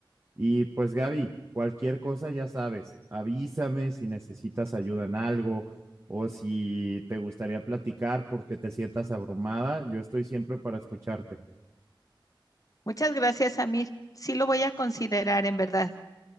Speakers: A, on the right; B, on the left.
A: Y pues Gaby, cualquier cosa ya sabes, avísame si necesitas ayuda en algo o si te gustaría platicar porque te sientas abrumada, yo estoy siempre para escucharte.
B: Muchas gracias, Samir. Sí lo voy a considerar en verdad.